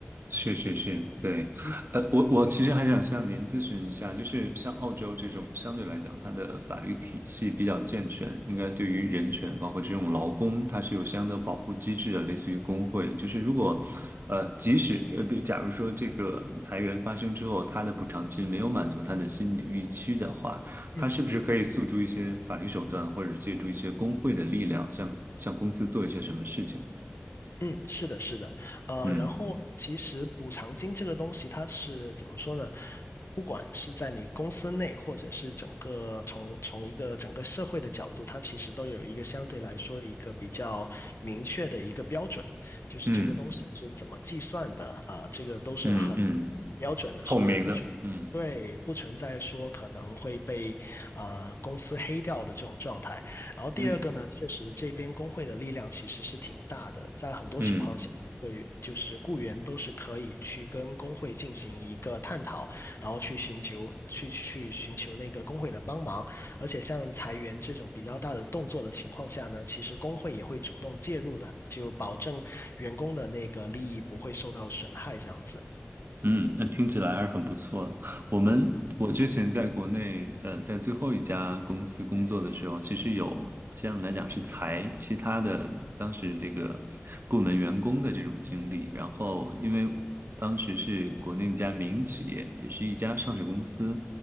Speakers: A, on the right; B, on the left.
A: 是是是，对，
B: 嗯
A: 呃，我我其实还想向您咨询一下，就是像澳洲这种相对来讲，它的法律体系比较健全，应该对于人权，包括这种劳工，它是有相应的保护机制的，类似于工会。就是如果，呃，即使呃，比假如说这个裁员发生之后，他的补偿金没有满足他的心理预期的话，他是不是可以诉诸一些法律手段，
B: 嗯嗯。
A: 或者是借助一些工会的力量，向向公司做一些什么事情呢？
B: 嗯，是的，是的，呃，
A: 嗯
B: 然后其实补偿金这个东西，它是怎么说呢？不管是在你公司内，或者是整个从从一个整个社会的角度，它其实都有一个相对来说一个比较明确的一个标准，就是这个东西是怎么计算的啊，
A: 嗯
B: 这个都是很很标准的，
A: 嗯嗯。
B: 所以不存对不存在说可能会被啊、
A: 透明的，嗯
B: 公司黑掉的这种状态。然后第二个呢，
A: 嗯，
B: 确实这边工会的力量其实是挺大的，在很多情况下，
A: 嗯
B: 对个就是雇员都是可以去跟工会进行一个探讨，然后去寻求去去寻求那个工会的帮忙。而且像裁员这种比较大的动作的情况下呢，其实工会也会主动介入的，就保证员工的那个利益不会受到损害，这样子。
A: 嗯，那听起来还是很不错的。我们我之前在国内，
B: 嗯，
A: 呃，在最后一家公司工作的时候，其实有相对来讲是裁其他的当时这个部门员工的这种经历。然后因为当时是国内一家民营企业，也是一家上市公司，